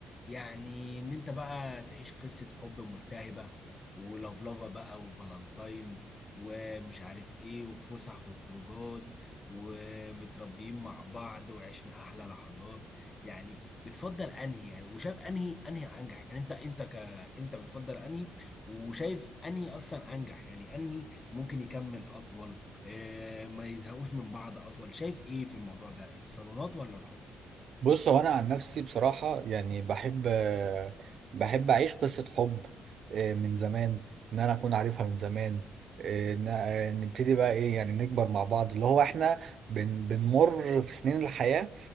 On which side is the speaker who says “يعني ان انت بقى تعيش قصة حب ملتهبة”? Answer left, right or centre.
Left